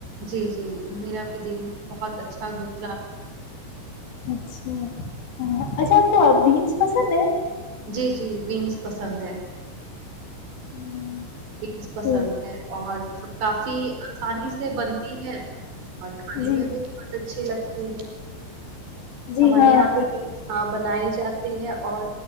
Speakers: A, on the right (about 65°); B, on the left (about 65°).
A: جی جی میرا بھی دن بہت اچھا گزرا
B: اچھا ہاں، اچھا آپ کو بینس پسند ہے
A: جی جی بینس پسند ہے
B: <inaudible>
A: بینس پسند
B: تو-
A: ہے اور سب کافی آسانی سے بنتی ہے اور کھانے
B: جی
A: میں بھی بہت اچھی لگتی ٹھیک ہے
B: جی
A: ہمارے
B: ہاں
A: یہاں تو
B: بینس،
A: تین صحب بنائی جاتی ہے اور